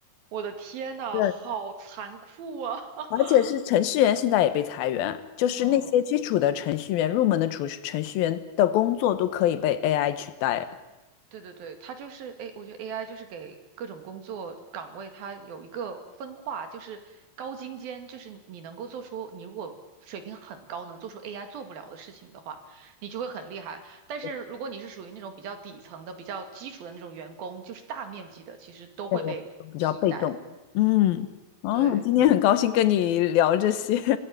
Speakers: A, on the right (about 75°); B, on the left (about 75°).
A: 我的天呐，
B: <laughs>
A: 好残酷啊！<laughs>
B: 而且是程序员现在也被裁员，就是那些基础的程序员、
A: 嗯。
B: 入门的程程序员的工作都可以被 AI 取代了。
A: 对对对，它就是哎，我觉得 AI 就是给各种工作岗位它有一个分化，就是高精尖，就是你能够做出，你如果水平很高，能做出 AI 做不了的事情的话，你就会很厉害。但是如果你是属于那种比较底层的、
B: 对，
A: 比较基础的那种员工，就是大面积的，其实都会被替代。
B: 这个都比较被动。嗯，哦，
A: 对，
B: 今天很高兴跟你聊这些。<laughs>